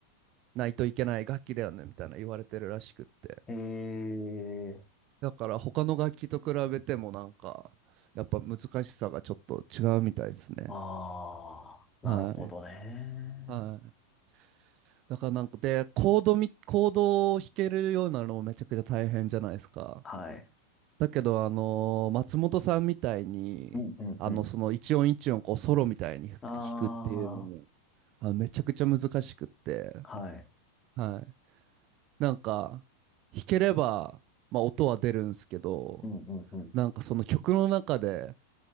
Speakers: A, on the right; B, on the left.
A: ないといけない楽器だよねみたいな言われてるらしくって。
B: えー、
A: だから他の楽器と比べてもなんかやっぱ難しさがちょっと違うみたいですね。
B: ああ、
A: はい。
B: なるほどね。
A: はい。だからなんかで、コードみ、コードを弾けるようになるのもめちゃくちゃ大変じゃないですか。
B: はい。
A: だけど、あのー松本さんみたいに、
B: うんうんうん。
A: あの、その一音一音、こう、ソロみたいに弾くっていうのも、
B: あ
A: あの、めちゃくちゃ難しくって、
B: あ、はい。
A: はい。なんか、弾ければ、まあ、音は出るんですけど、
B: うんうんうん。
A: なんかその曲の中で、